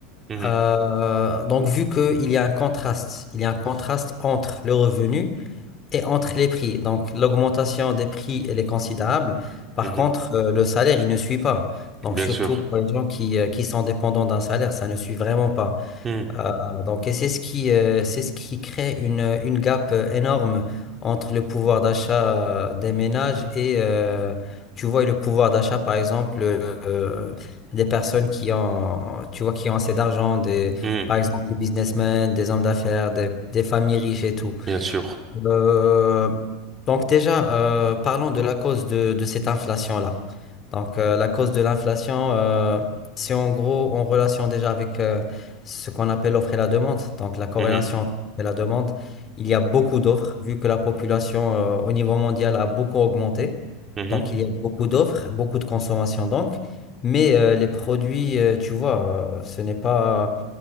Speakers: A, on the right; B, on the left.
A: mhm,
B: Euh, donc, vu qu'il y a un contraste, il y a un contraste entre le revenu et entre les prix. Donc, l'augmentation des prix, elle est considérable. Par
A: mhm.
B: contre, euh, le salaire, il ne suit pas. Donc,
A: Bien
B: surtout
A: sûr.
B: pour les gens qui, euh, qui sont dépendants d'un salaire, ça ne suit vraiment pas.
A: Mhm,
B: Euh, donc, et c'est ce qui, euh, c'est ce qui crée une, une gap euh, énorme entre le pouvoir d'achat euh, des ménages et, euh, tu vois, et le pouvoir d'achat, par exemple, euh, des personnes qui ont, tu vois, qui ont assez d'argent, des,
A: mhm,
B: par exemple, des businessmen, des hommes d'affaires, des, des familles riches et tout.
A: Bien sûr.
B: Euh, donc déjà, euh, parlons de la cause de, de cette inflation-là. Donc euh, la cause de l'inflation, euh, c'est en gros en relation déjà avec euh, ce qu'on appelle l'offre et la demande. Donc la corrélation
A: Mhm,
B: entre l'offre et la demande, il y a beaucoup d'offres, vu que la population euh, au niveau mondial a beaucoup augmenté.
A: mhm,
B: Donc il y a beaucoup d'offres, beaucoup de consommation donc. Mais euh, les produits, euh, tu vois, euh, ce n'est pas,